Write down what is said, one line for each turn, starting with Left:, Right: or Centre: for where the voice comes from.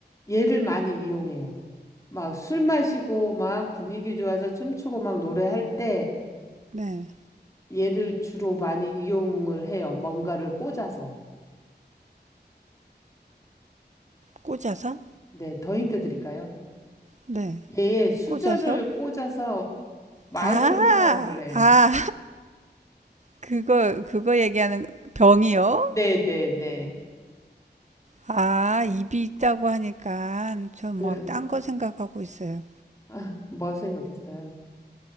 Left: 얘를 많이 이용해요. 막 술 마시고 막 분위기 좋아서 춤추고 막 노래할 때
Right: 네.
Left: 얘를 주로 많이 이용을 해요. 뭔가를 꽂아서.
Right: 꽂아서?
Left: 네, 더 힌트 드릴까요?
Right: 네.
Left: 얘의 수저를
Right: 꽂아서?
Left: 꽂아서 마이크를
Right: 아,
Left: 사용을 해요.
Right: 아, 그거, 그거 얘기하는 병이요?
Left: 네, 네, 네.
Right: 아, 입이 있다고 하니까 전
Left: 그
Right: 막 딴 거 생각하고 있어요.
Left: <laughs> 아, 뭐 생각했어요?